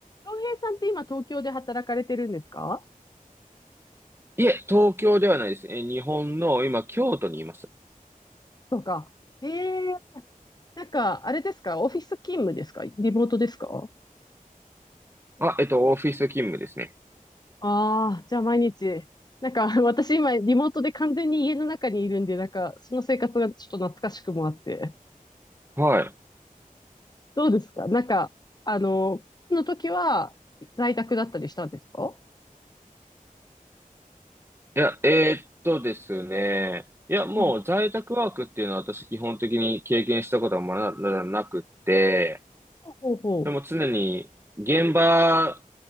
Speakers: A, on the left; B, on the right.
A: 洋平さんって今東京で働かれてるんですか
B: いえ、東京ではないです。え、日本の、今、京都にいます。
A: とか。へえなんか、あれですかオフィス勤務ですかリモートですか
B: あ、えっと、オフィス勤務ですね。
A: ああー、じゃあ毎日。なんか、<laughs> 私今リモートで完全に家の中にいるんで、なんか、その生活がちょっと懐かしくもあって。
B: はい。
A: どうですかなんか、あの、の時は在宅だったりしたんですか
B: いや、えーっとですね。いや、もう在宅ワークっていうのは私基本的に経験したことはまだななくって、
A: うん。ほうほうほ
B: でも常に現場